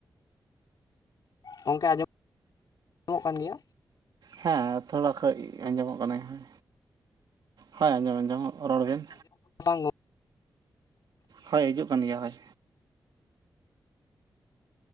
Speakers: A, on the left; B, on the right.
A: ᱜᱚᱝᱠᱮ <inaudible> ᱠᱟᱱ ᱜᱮᱭᱟ?
B: ᱦᱮ ᱛᱷᱚᱲᱟ ᱠᱷᱚᱡ ᱟᱸᱡᱚᱢᱚᱜ ᱠᱟᱱᱟ ᱦᱳᱭ, ᱦᱳᱭ ᱟᱸᱡᱚᱢ ᱟᱸᱡᱚᱢ ᱨᱚᱲ ᱵᱤᱱ᱾
A: <inaudible>
B: ᱦᱳᱭ ᱦᱤᱡᱩᱜ ᱠᱟᱱ ᱜᱮᱭᱟ ᱦᱳᱭ᱾